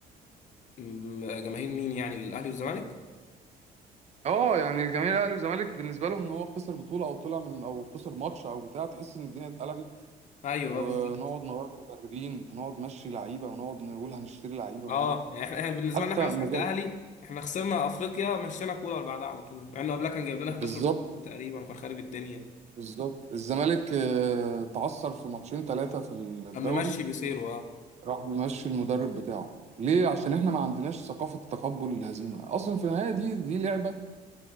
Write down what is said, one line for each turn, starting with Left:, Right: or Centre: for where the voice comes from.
Left: م- جماهير مين يعني الاهلي والزمالك
Right: اه يعني جماهير الاهلي والزمالك بالنسبه لهم ان هو خسر بطولة او طلع من او خسر ماتش او بتاع تحس ان الدنيا اتقلبت
Left: ايوه
Right: ونقعد
Left: بالظبط
Right: نغير مدربين ونقعد نمشي لعيبة ونقعد نقول هنشتري لعيبة
Left: اه
Right: ونقعد
Left: يعني احنا إحنا بالنسبه
Right: حتى
Left: لنا احنا مثلا
Right: مجال
Left: كاهلي احنا خسرنا افريقيا مشينا كولر بعدها على طول مع انه قبلها كان جايب لنا 11
Right: بالظبط
Left: بطولة تقريبا وكان خارب الدنيا
Right: بالظبط الزمالك آه، تعثر في ماتشين ثلاثة في الدوري
Left: كان ممشي بسيره اه
Right: راح ممشي المدرب بتاعه ليه عشان احنا ما عندناش ثقافة تقبل الهزيمة اصلا في النهاية دي دي لعبة